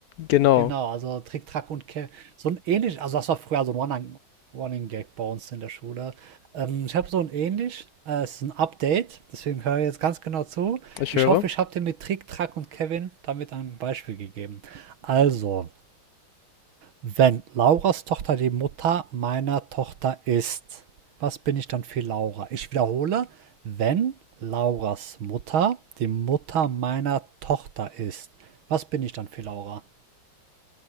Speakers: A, on the left (about 85°); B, on the right (about 85°).
A: Genau,
B: Genau, also Trick, Track und Kevin. So ein ähnlich, also das war früher so ein Running, Running Gag bei uns in der Schule. Ähm, ich habe so ein ähnlich, äh, es ist ein Update, deswegen höre ich jetzt ganz genau zu.
A: ich
B: Ich
A: höre.
B: hoffe, ich habe dir mit Trick, Track und Kevin damit ein Beispiel gegeben. Also, wenn Lauras Tochter die Mutter meiner Tochter ist, was bin ich dann für Laura? Ich wiederhole, wenn Lauras Mutter die Mutter meiner Tochter ist, was bin ich dann für Laura?